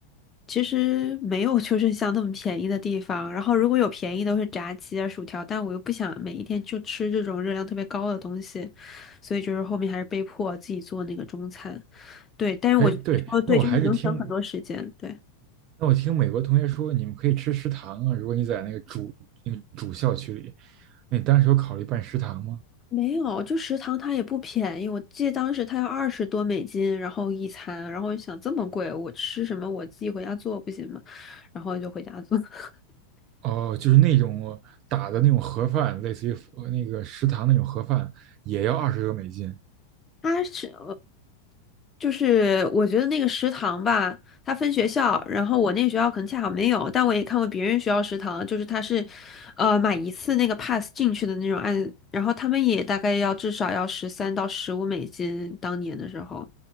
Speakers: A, on the left; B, on the right.
A: 其实没有就是像那么便宜的地方。然后如果有便宜都是炸鸡啊、薯条，但我又不想每一天就吃这种热量特别高的东西，所以就是后面还是被迫自己做那个中餐。对，但是我你说的对，
B: 哎，对，那我还是听，
A: 就是能省很多时间。
B: 嗯
A: 对。
B: 那我听美国同学说，你们可以吃食堂啊。如果你在那个主那个主校区里，那你当时有考虑办食堂吗？
A: 没有，就食堂它也不便宜，我记得当时它要二十多美金，然后一餐，然后就想这么贵，我吃什么？我自己回家做不行吗？然后就回家做。<laughs>
B: 哦，就是那种打的那种盒饭，类似于呃那个食堂那种盒饭，也要二十多美金。
A: 它是，就是我觉得那个食堂吧，它分学校，然后我那个学校可能恰好没有，但我也看过别人学校食堂，就是它是，呃，买一次那个 pass 进去的那种按，然后他们也大概要至少要十三到十五美金，当年的时候，